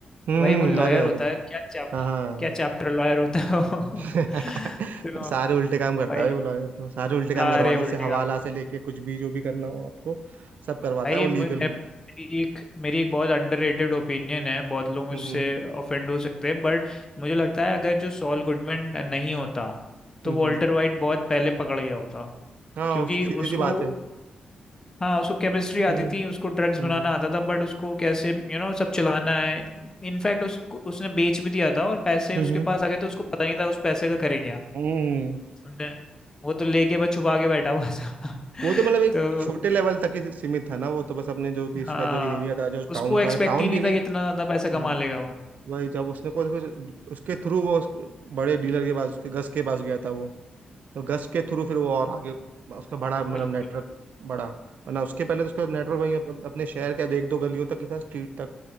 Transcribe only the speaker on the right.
हम्म,
अरे
अरे
हाँ
<laughs>
सारे उल्टे काम करता
है भाई वो लॉयर तो सारे
उल्टे काम करवा लो
उससे हवाला
से लेके कुछ भी जो भी करना हो आपको सब करवाता
है वो
लीगली
हम्म हम्म
हम्म,
हम्म।
हाँ
उस- सीधी
सी बात है
हम्म
हम्म
हम्म
हम्म।
वो तो मतलब
एक
छोटे लेवल तक ही सीमित था ना वो तो बस अपने जो भी इसका
जो एरिया था जो
टाउन
था टाउन
भी नहीं
हम्म
वही जब उसने को फिर उसके थ्रू वो उस बड़े डीलर के पास उसके गस के पास गया था वो तो गस के थ्रू फिर वो और आगे उसका बड़ा मतलब
नेटवर्क बड़ा वरना उसके पहले तो उसका नेटवर्क भाई अप, अप- अपने शहर के एक दो गलियों तक ही था स्ट्रीट तक